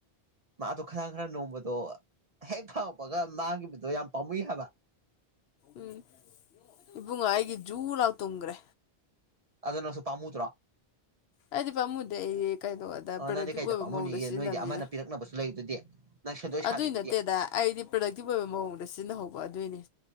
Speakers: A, on the right (about 45°); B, on the left (about 75°).
A: ꯃꯥꯗꯣ ꯈꯔꯥꯡ ꯈꯔ ꯅꯣꯡꯃꯗꯣ ꯍꯦꯛ ꯐꯥꯎꯉꯛꯄꯒ ꯃꯥꯡꯈꯤꯕꯗꯣ ꯌꯥꯝ ꯄꯥꯝꯃꯨꯏ ꯍꯥꯏꯕ
B: ꯎꯝ ꯏꯕ ꯉꯥꯏꯒꯤ ꯖꯨꯂꯥꯎ ꯇꯨꯡꯉ꯭ꯔꯦ
A: ꯑꯗꯨꯅꯁꯨꯄꯥꯥꯝꯃꯨꯗ꯭ꯔꯥ
B: ꯑꯩꯗꯤ ꯄꯥꯝꯃꯨꯗꯤ ꯑꯩ ꯀꯩꯅꯣꯗ
A: ꯑ
B: ꯄ꯭ꯔꯗꯛꯇꯤꯞ
A: ꯅꯪꯗꯤ ꯀꯩꯗ
B: ꯑꯣꯏꯕ
A: ꯄꯥꯝꯃꯨꯅꯤꯒꯦ
B: ꯃꯑꯣꯡꯗ ꯁꯤꯖꯤꯟꯅꯕꯅꯤꯅ
A: ꯅꯣꯏꯗꯤ ꯑꯃꯅ ꯄꯤꯔꯛꯅꯕꯁꯨ ꯂꯩꯗꯨꯗꯤ ꯅꯪ ꯁꯦꯟꯗꯣꯏ ꯁꯥꯜꯂꯤꯗꯨꯗꯤ
B: ꯑꯗꯨꯏ ꯅꯠꯇꯦꯗ ꯑꯩꯗꯤ ꯄ꯭ꯔꯗꯛꯇꯤꯕ ꯑꯣꯏꯕ ꯃꯑꯣꯡꯗ ꯁꯤꯖꯤꯟꯅꯍꯧꯕ ꯑꯗꯨꯏꯅꯦ